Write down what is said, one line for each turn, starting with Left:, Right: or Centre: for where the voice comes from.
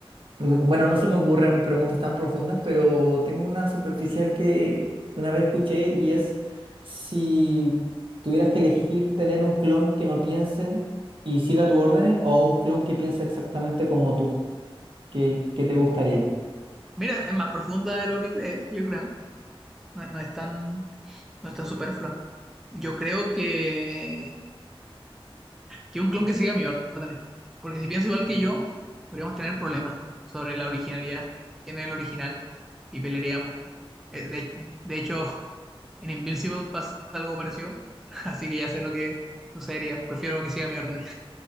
Right: bueno, no se me ocurren preguntas tan profundas, pero tengo una superficial que una vez escuché y es si tuvieras que elegir tener un clon que no piense y siga tus órdenes o un clon que piense exactamente como tú, ¿qué, qué te gustaría?
Centre: Mira, es más profunda de lo que crees, yo creo. No, no es tan, no es tan superflua. Yo creo que Que un clon que siga mis órdenes. Porque si piensa igual que yo, podríamos tener problemas sobre la originalidad. ¿Quién es el original? Y pelearíamos. Eh, De, de hecho, en Invincible pasa algo parecido. <laughs> Así que ya sé lo que sucedería. Prefiero que siga mis órdenes.